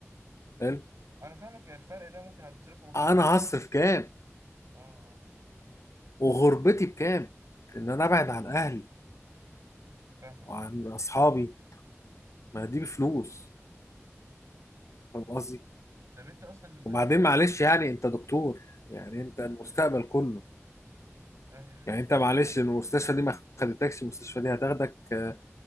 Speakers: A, on the left; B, on the right.
A: حلو
B: أنا فاهمك الفرق ده ممكن هتصرفه مصاريف
A: انا
B: أو يمكن
A: هصرف
B: تصرف
A: كام
B: أكتر أه اه.
A: وغربتي بكام ان انا ابعد عن اهلي
B: فاهمك
A: وعن
B: اه
A: اصحابي ما دي بفلوس فاهم قصدي
B: طب انت اصلا ال...
A: وبعدين
B: ال... ال...
A: معلش يعني انت دكتور يعني انت المستقبل كله
B: ايوه
A: يعني انت معلش المستشفى دي ما خدتكش المستشفى دي هتاخدك آه،